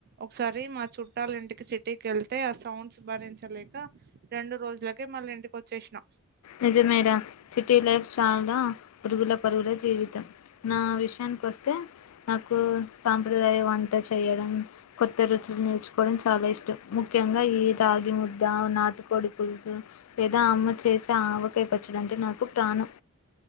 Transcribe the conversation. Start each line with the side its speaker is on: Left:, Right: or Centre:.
Right: ఒకసారి మా చుట్టాల ఇంటికి సిటీకి వెళ్తే ఆ సౌండ్స్ భరించలేక రెండు రోజులకే మళ్ళీ ఇంటికి వచ్చేసినా
Left: నిజమేరా సిటీ లైఫ్స్ చాలా పురుగుల పరుగుల జీవితం నా విషయానికి వస్తే నాకు సాంప్రదాయ వంట చేయడం కొత్త రుచులు నేర్చుకోవడం చాలా ఇష్టం ముఖ్ ముఖ్యంగా ఈ రాగి ముద్ద నాటుకొడి పులుసు లేదా అమ్మ చేస్ ఆవకాయ పచ్చడంటే నాకు ప్రాణం